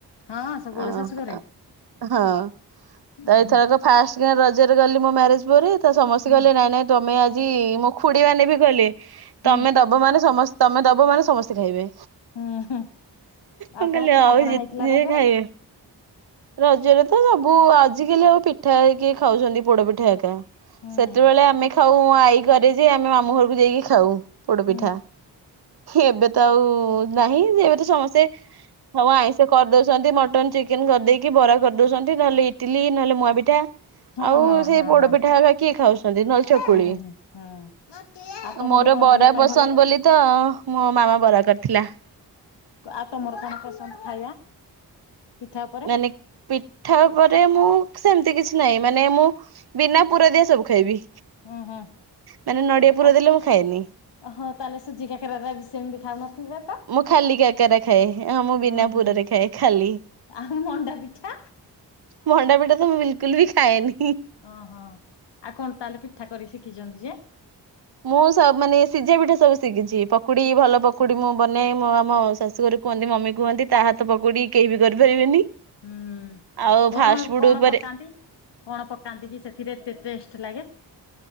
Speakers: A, on the left; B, on the right.
A: ହଁ ସବୁବେଳେ
B: ଅ ହଁ
A: ଶାଶୁ ଘରେ?
B: ହଁ
A: ଉଁ
B: ତ ଏଥରକ
A: ହୁଁ।
B: ଫାର୍ଷ୍ଟ କିଆଁ ରଜରେ ଗଲି ମୋ ମ୍ୟାରେଜ ପରେ ତ ସମସ୍ତେ
A: ହୁଁ
B: ଗଲେ ନାଇଁ ନାଇ ତମେ ଆଜି ମୋ ଖୁଡି ମାନେ ବି କହିଲେ
A: ହୁଁ
B: ତମେ ଦବ ମାନେ ସମସ୍ ତମେ ଦବ ମାନେ ସମସ୍ତେ ଖାଇବେ।
A: ହୁଁ ହୁଁ
B: ମୁଁ
A: ଆଉ କଣ
B: କହିଲି
A: ପିଠାପଣା
B: ହଉ ଜେତ
A: ହେଇଥିଲା
B: ଯିଏ
A: ରଜରେ?
B: ଖାଇବେ। ରଜରେ ତ ସବୁ ଆଜିକାଲି ଆଉ ପିଠା ହେରିକା ଖାଉଛନ୍ତି ପୋଡପିଠା ଏକା।
A: ହୁଁ
B: ସେତେବେଳେ
A: ସେଟା
B: ଆମେ
A: ତ
B: ଖାଉ ଆଈ ଘରେ ଯେ ଆମେ ମାମୁଁ ଘରକୁ ଯାଇକି ଖାଉ ପୋଡ
A: ହୁଁ
B: ପିଠା। ଏବେ ତ ଆଉ ନାହିଁ ଏବେ ତ ସମସ୍ତେ ସବୁ ଆଇଁଷ କରିଦଉଛନ୍ତି ମଟନ ଚି ଚିକେନ କରିଦେଇକି ବରା କରିଦଉଛନ୍ତି ନହେଲେ ଇଟିଲି ନହେଲେ ମୁଆଁ ପିଠା।
A: ହଁ
B: ଆଉ
A: ହଁ ହଁ
B: ସେଇ
A: ହଁ
B: ପୋଡପିଠା
A: ହଁ।
B: ହେରା କିଏ ଖାଉଛନ୍ତି ନହେଲେ
A: ହୁଁ
B: ଚକୁଳି।
A: ହୁଁ ହୁଁ ଆଉ ତମକୁ
B: ମୋର
A: କଣ
B: ବରା
A: କରିବା ପାଇଁ
B: ପସନ୍ଦ
A: ଭଲ ଲାଗେ?
B: ବୋଲି ତ ମୋ ମାମା ବରା କରିଥିଲା।
A: ଆଉ ତମର କଣ ପସନ୍ଦ ଖାଇବା? ପିଠା ଉପରେ
B: ମାନେ ପିଠା ଉପରେ ମୁଁ ସେମିତି କିଛି ନାହିଁ ମାନେ ମୁଁ ବିନା ପୁର ଦିଆ ସବୁ ଖାଇବି।
A: ହଁ ହଁ
B: ମାନେ ନଡିଆ ପୁର
A: ଆଉ।
B: ଦେଲେ ମୁଁ ଖାଏନି।
A: ହିଁ ତାହଲେ ସୁଜି କାକରାରା ବି ସେମିତି ଖାଉନଥିବୁ?
B: ମୁଁ ଖାଲି କାକେରା ଖାଏ ହଁ ମୁଁ ବିନା
A: ଓହୋ
B: ପୁରରେ ଖାଏ ଖାଲି।
A: ଆଉ ମଣ୍ଡା ପିଠା
B: ମଣ୍ଡା ପିଠା ତ ମୁଁ ବିଲକୁଲ ବି ଖାଏନି।
A: ଅଁହଁ ଆଉ କଣ ତାହେଲେ ପିଠା କରିକି ଶିଖିଚନ୍ତି ଯେ?
B: ମୁଁ ସ ମାନେ ସିଝା ପିଠା ସବୁ ଶିକିଚି ପକୁଡି ଭଲ ପକୁଡି ମୁଁ ବନାଏ ମୁଁ ଆମ ଶାଶୁଘର କୁହନ୍ତି ମମି କୁହନ୍ତି ତା ହାତ ପକୁଡି କେହି ବି କରିପାରିବେନି।
A: ହୁଁ
B: ଆଉ
A: କଣ
B: ଫାଷ୍ଟ ଫୁଡ
A: କଣ
B: ଉପରେ
A: ପକାନ୍ତି? କଣ ପକାନ୍ତି କି ସେଥିରେ ଏତେ ଟେଷ୍ଟ ଲାଗେ?